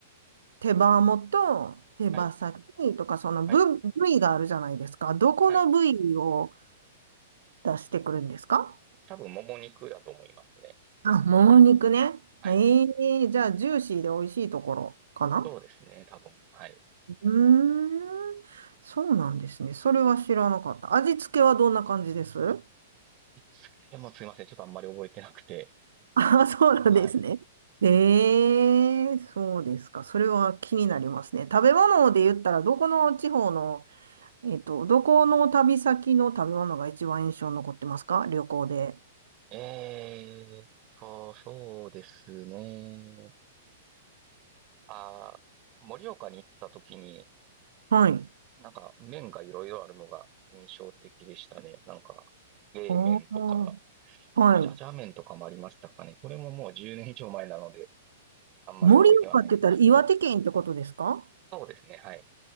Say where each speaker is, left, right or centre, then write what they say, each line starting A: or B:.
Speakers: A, on the right; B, on the right.
A: 手羽元、手羽先とか、
B: はい、
A: その部、
B: はい、
A: 部位があるじゃないですか。どこの部位を
B: はい。
A: 出してくるんですか
B: 多分、もも肉だと思いますね。
A: あ、もも肉ね。
B: はい。
A: ええじゃあ、ジューシーで美味しいところかな
B: そうですね、多分。はい。
A: うーん、そうなんですね。それは知らなかった。味付けはどんな感じです
B: いつけもすいません。ちょっとあんまり覚えてなくて。
A: ああ、そうなんですね。
B: はい。
A: ええ、そうですか。それは気になりますね。食べ物で言ったら、どこの地方の、えっと、どこの旅先の食べ物が一番印象に残ってますか旅行で。
B: えーっと、そうですね。あー、盛岡に行った時に、
A: はい。
B: なんか麺がいろいろあるのが印象的でしたね。なんか、冷麺とか、
A: ああ、はい。
B: じゃじゃ麺とかもありましたかね。これももう10年以上前なので、あんまり覚えてはないんですけど。
A: 盛岡って言ったら岩手県ってことですか
B: そうですね。はい。